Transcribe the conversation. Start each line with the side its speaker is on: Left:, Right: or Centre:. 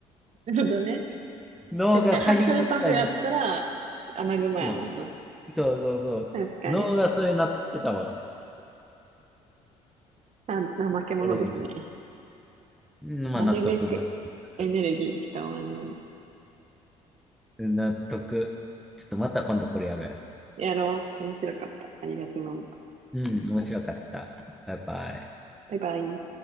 Right: なるほどね。
Centre: 脳がハリー・
Right: 確かに、ハッフルパフやったら、
Centre: ポッターになって
Right: 穴熊やもんな。
Centre: くま。そうそうそう。
Right: 確かに。
Centre: 脳がそれになってたわ。
Right: あ、怠け者ですね。
Centre: おもろいね。うん、まあ納得、
Right: なるべく
Centre: 納得。
Right: エネルギー使わんように。
Centre: 納得。ちょっとまた今度これやるわ。
Right: やろう。面白かった。ありがとう。
Centre: うん、面白かった。バイバイ。
Right: バイバイ。